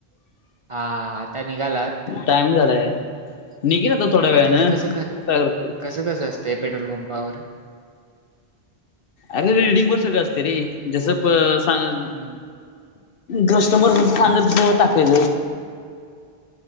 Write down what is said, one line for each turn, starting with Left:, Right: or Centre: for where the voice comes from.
Right: हा आता निघालात
Left: टाईम झालाय निघेल आता थोड्या वेळनें
Right: तिथे कसं क
Left: काय करतोय
Right: कसं कस असं ते पेट्रोल पंपावर
Left: अरे रीडिंग वर सगळ असते रे जसं
Right: म्हण
Left: गष्टन मग टाकायच